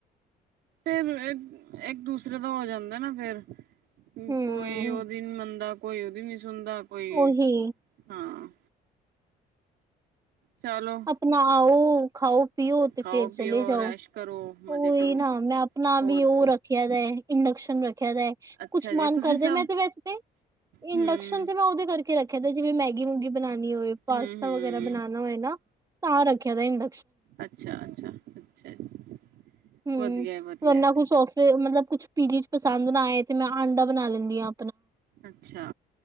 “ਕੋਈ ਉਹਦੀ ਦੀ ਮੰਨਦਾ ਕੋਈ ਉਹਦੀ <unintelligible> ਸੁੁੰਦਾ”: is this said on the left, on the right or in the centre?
Right